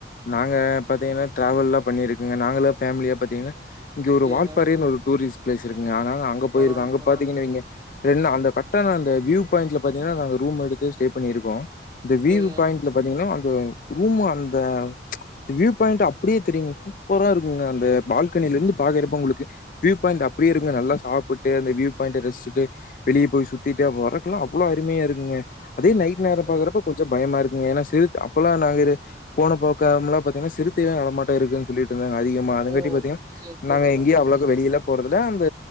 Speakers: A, on the left; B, on the right.
A: நாங்க பாத்தீங்கன்னா டிராவல் எல்லாம் பண்ணிருக்கங்க நாங்கள ஃபேமிலியா பாத்தீங்கன்னா இங்கே ஒரு
B: சேரிங்க.
A: வால்பாறைன்னு ஒரு டூரிஸ்ட் பிளேஸ் இருக்குங்க ஆனா அங்க போயிருக்க
B: பரவால்லைங்க
A: அங்க
B: பரவால்லைங்க.
A: பாத்தீங்கன்ன வைங்க ரென்னா அந்த பக்கம் அந்த வியூ பாய்ண்டுல பாத்தீங்கன்னா நாங்க ரூம் எடுக்க ஸ்டே பண்ணியிருக்கோம் இந்த வியூ
B: சேரிங்க.
A: பாய்ண்டுல பாத்தீங்கன்னா அ ரூம் அந்த ச்ச வியூ பாய்ண்ட் அப்படியே தெரியுங்க சூப்பரா இருக்குங்க அந்த பால்கனில இருந்து பாக்றப்ப உங்களுக்கு வியூ பாய்ண்ட் அப்படியே இருங்க நல்லா சாப்பிட்டு அந்த வியூ பாய்ண்ட் ரசிட்டு வெளியே போய் சுத்திட்டு வரக்கெலாம் அவ்வளவு அருமையா இருக்குங்க அதே நைட் நேர
B: சூப்பருங்க.
A: பாக்றப்ப கொஞ்சம் பயமா இருக்கு ஏன்னா <unintelligible> அப்பல்லாம் நாங்க இரு போன போ காமலா பாத்தீங்கனா சிறுத்தையே நடமாட்ட இருக்குன்னு சொல்லி சொல்லிட்டு இருந்தாங்க அதிகமா அதங்காட்டி
B: ஓ!
A: பாத்தீங்கன்னா
B: சேரி சேரிங்க.
A: நாங்க எங்கேயோ அவ்ளவுக்கு வெளியிலப் போறதுல அந்த